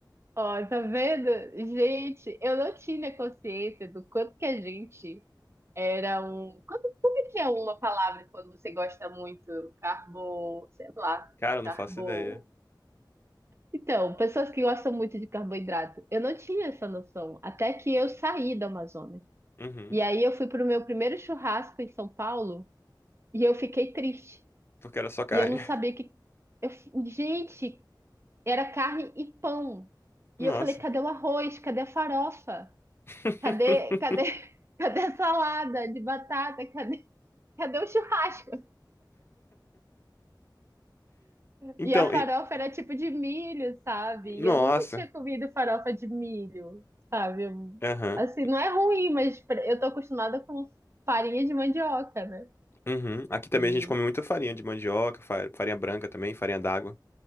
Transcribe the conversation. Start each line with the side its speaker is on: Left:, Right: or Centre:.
Right: Ó, tá vendo? Gente, eu não tinha consciência do quanto que a gente Era um. Quando- Como é que é uma palavra quando você gosta muito? Carbo. Sei lá.
Left: Cara, eu
Right: Carbo.
Left: não faço ideia.
Right: Então, pessoas que gostam muito de carboidrato. Eu não tinha essa noção. Até que eu saí da Amazônia.
Left: Uhum,
Right: E aí eu fui pro meu primeiro churrasco em São Paulo e eu fiquei triste.
Left: porque era só carne.
Right: E eu não sabia que. eu Gente, era carne e pão.
Left: Nossa.
Right: E eu falei: cadê o arroz? Cadê a farofa?
Left: <laughs>
Right: Cadê, cadê, <laughs> cadê a salada de batata? Cadê, cadê o churrasco?
Left: Então,
Right: E a farofa
Left: e-
Right: era tipo de milho, sabe?
Left: nossa.
Right: E eu nunca tinha comido farofa de milho, sabe?
Left: Aham.
Right: Assim, não é ruim, mas pra- eu tô acostumada com farinha de mandioca, né?
Left: Uhum. Aqui também
Right: E
Left: a gente come muita farinha de mandioca, fa- farinha branca também, farinha d'água.